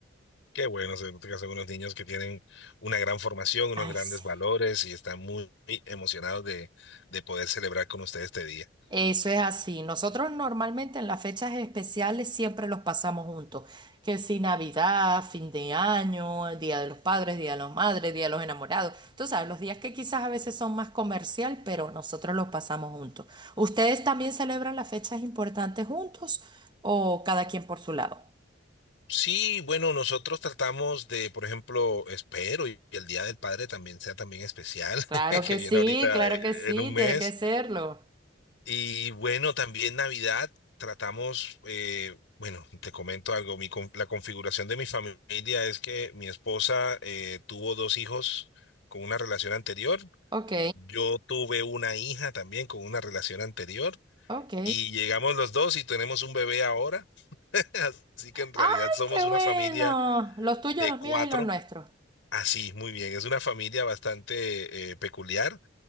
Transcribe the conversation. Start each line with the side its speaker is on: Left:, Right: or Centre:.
Left: Qué bueno, se nota que son unos niños que tienen una gran formación, unos
Right: Ay,
Left: grandes
Right: sí.
Left: valores y están muy emocionados de, de poder celebrar con ustedes este día.
Right: Eso es así. Nosotros normalmente en las fechas especiales siempre los pasamos juntos. Que si Navidad, fin de año, el Día de los Padres, Día de las Madres, Día de los Enamorados. Tú sabes, los días que quizás a veces son más comercial, pero nosotros los pasamos juntos. ¿Ustedes también celebran las fechas importantes juntos o cada quien por su lado?
Left: Sí, bueno, nosotros tratamos de, por ejemplo, espero y el Día del Padre también sea también especial,
Right: Claro
Left: <laughs>
Right: que
Left: que viene
Right: sí,
Left: ahorita
Right: claro
Left: eh,
Right: que sí,
Left: en un mes.
Right: tiene que serlo.
Left: Y bueno, también Navidad tratamos, eh, bueno, te comento algo, mi con- la configuración de mi familia es que mi esposa eh, tuvo dos hijos con una relación anterior,
Right: Ok,
Left: yo tuve una hija también con una relación anterior
Right: ok.
Left: y llegamos los dos y tenemos un bebé ahora, <laughs> así que en realidad
Right: ¡Ay,
Left: somos
Right: qué
Left: una
Right: bueno!
Left: familia
Right: Los tuyos,
Left: de
Right: los
Left: cuatro.
Right: míos y los nuestros.
Left: Así, muy bien, es una familia bastante eh, peculiar.